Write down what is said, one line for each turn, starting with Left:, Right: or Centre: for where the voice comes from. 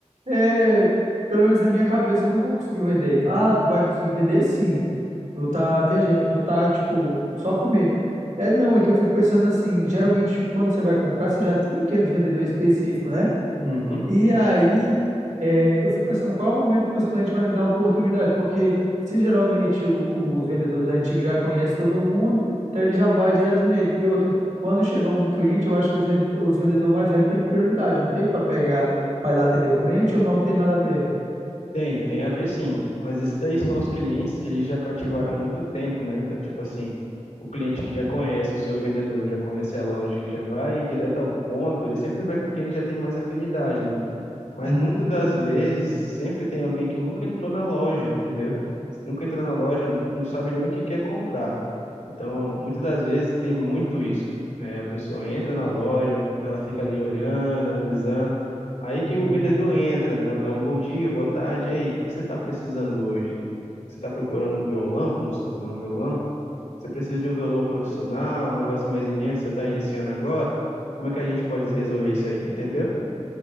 Right: é, pelo menos na minha cabeça eu não vou conseguir vender. Ah, tu vai conseguir vender sim. Tu tá viajando, tu tá, tipo, só com medo. É não, é que eu fico pensando assim, geralmente quando você vai comprar, você já tem aqueles vendedores específicos, né?
Left: Uhum.
Right: E aí, é, eu fico pensando qual é o momento que os clientes vão me dar oportunidade, porque se geralmente o- os vendedores antigos já conhecem todo mundo, então ele já vai direto nele. E outra, quando chegar um cliente, eu acho que os, ven- os vendedores mais velhos têm prioridade, não tem para pegar, para ir lá atender o cliente ou não tem nada a ver.
Left: Tem, tem a ver sim. Mas isso daí são os clientes que eles já cativaram há muito tempo, né? Então, tipo assim, o cliente que já conhece o seu vendedor, já conhece a loja, que já vai direto ao ponto, ele sempre vai com quem ele já tem mais afinidade, né? Mas
Right: Uhum,
Left: muitas das vezes, sempre tem alguém que nunca entrou na loja, entendeu? Nunca entrou na loja, não sabe nem o que quer comprar. Então, muitas das vezes tem muito isso. É, a pessoa entra na loja, ela fica ali olhando, analisando. Aí que
Right: uhum,
Left: o vendedor entra, né? Dá um bom dia, boa tarde, e aí, o que você está precisando hoje? Você está procurando um violão, vamos supor, né, um violão? Você precisa de um violão profissional, um negócio mais iniciante, você está iniciando agora? Como é que a gente pode resolver isso aí, entendeu?